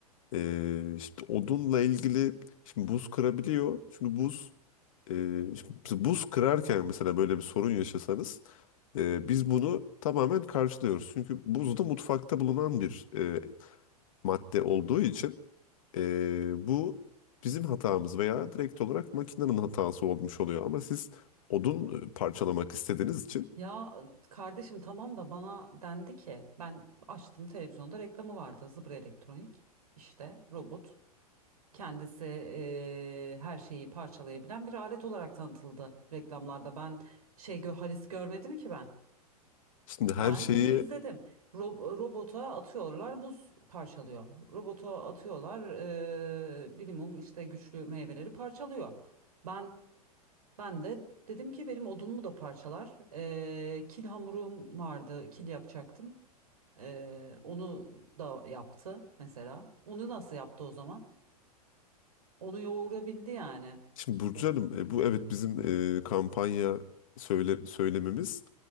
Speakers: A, on the left; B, on the right.
A: E, işte odunla ilgili şimdi buz kırabiliyor. Çünkü buz e, şimdi buz kırarken mesela böyle bir sorun yaşasanız e, biz bunu tamamen karşılıyoruz. Çünkü buz da mutfakta bulunan bir e, madde olduğu için ee, bu bizim hatamız veya direkt olarak makinenin hatası olmuş oluyor. Ama siz odun e, parçalamak istediğiniz için
B: Ya kardeşim tamam da bana dendi ki ben açtım televizyonda reklamı vardı Zıbra Elektronik işte robot kendisi eee, her şeyi parçalayabilen bir alet olarak tanıtıldı reklamlarda ben şey gö Halis görmedim ki ben
A: şimdi her
B: ben
A: şeyi
B: bunu izledim Ro- robota atıyorlar buz parçalıyor robota atıyorlar eee minimum işte güçlü meyveleri parçalıyor ben ben de dedim ki benim odunumu da parçalar. Ee, kil hamurum vardı, kil yapacaktım. Ee, onu da yaptı mesela. Onu nasıl yaptı o zaman? Onu yoğurabildi yani.
A: Şimdi Burcu Hanım, e, bu evet bizim e, kampanya söyle, söylememiz